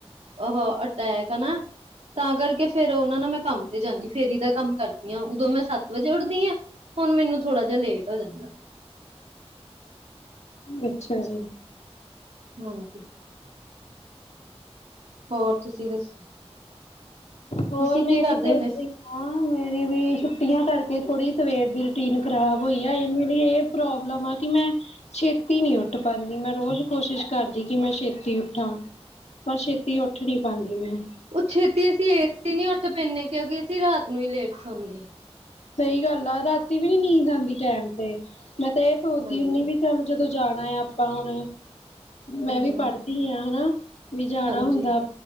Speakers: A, on the right; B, on the left.
A: ਅਹ ਅਟੈਕ, ਹੈ ਨਾ ਤਾਂ ਕਰਕੇ ਫੇਰ ਉਹਨਾ ਨਾਲ ਮੈਂ ਕੰਮ ਤੇ ਜਾਨੀ, ਫੇਰੀ ਦਾ ਕੰਮ ਕਰਦੀ ਹਾਂ, ਉਦੋਂ ਮੈਂ ਸੱਤ ਵਜੇ ਉੱਠਦੀ ਹਾਂ ਹੁਨ ਮੈਨੂੰ ਥੋੜਾ ਜਿਹਾ ਲੇਟ ਹੋ ਜਾਂਦਾ
B: ਅੱਛਾ ਜੀ
A: ਹਾਂਜੀ ਹੋਰ ਤੁਸੀਂ ਦਸੋ?
B: ਹੋਰ
A: ਤੁਸੀਂ
B: ਮੇਰੀ
A: ਕੀ ਕਰਦੇ
B: ਤੇ ਏਦਾਂ
A: ਹੁੰਦੇ?
B: ਹੀ ਆ ਮੇਰੀ ਵੀ ਛੁੱਟੀਆਂ ਕਰਕੇ ਥੋੜੀ ਸਵੇਰ ਦੀ ਰੁਟੀਨ ਖਰਾਬ ਹੋਈ ਆ, ਇਹ ਮੇਰੀ ਇਹ ਪ੍ਰੋਬਲਮ ਆ ਕਿ ਮੈਂ ਛੇਤੀ ਨੀ ਉੱਠ ਪਾਂਦੀ ਮੈਂ ਰੋਜ਼ ਕੋਸ਼ਿਸ਼ ਕਰਦੀ ਕਿ ਮੈਂ ਛੇਤੀ ਉਠਾ ਪਰ ਛੇਤੀ ਉੱਠ ਨੀ ਪਾਂਦੀ ਮੈ
A: ਉਹ ਛੇਤੀ ਅਸੀਂ ਏਸੀ ਨਹੀਂ ਉੱਠ ਪੈਂਦੇ ਕਿਉਂਕਿ ਅਸੀਂ ਰਾਤ ਨੂੰ ਹੀ ਲੇਟ ਸੋਨੇ ਆ
B: ਸਹੀ ਗੱਲ ਆ, ਰਾਤੀ ਵੀ ਨਹੀਂ ਨੀਂਦ ਆਂਦੀ ਟੈਮ ਤੇ ਮੈਂ ਤਾਂ ਇਹ ਸੋਚਦੀ
A: ਹਾਂ ਹਾਂਜੀ
B: ਹੁੰਦੀ ਵੀ ਚਲ ਜਦੋਂ ਜਾਣਾ ਆ ਆਪਾਂ ਹੁਣ ਮੈਂ
A: ਹਮ
B: ਵੀ ਪੜ੍ਹਦੀ ਹਾਂ, ਹੇਨਾ ਵੀ ਜਾਣਾ
A: ਹਾਂਜੀ
B: ਹੁੰਦਾ